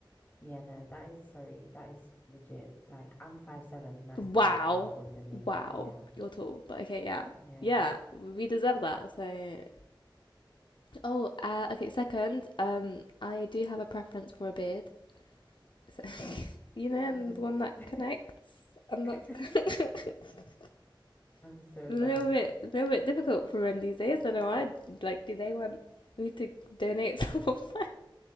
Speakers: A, on the left; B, on the left.
A: yeah, no, that is, sorry, that is legit. Like I'm five seven and I
B: Wow.
A: still want someone taller than me.
B: Wow.
A: Yeah,
B: You're tall. But okay, yeah.
A: yeah.
B: Yeah, we deserve that. So, oh, uh, okay. Second, um, I do have a preference for a beard. So, <laughs>
A: Okay,
B: you know, and
A: okay.
B: one that
A: <laughs>
B: connects, and
A: <laughs>
B: that's <laughs>
A: I'm so
B: a little
A: done.
B: bit, a little bit difficult for men these days. I Don't know why. Like, do they want me to donate <laughs> some of mine?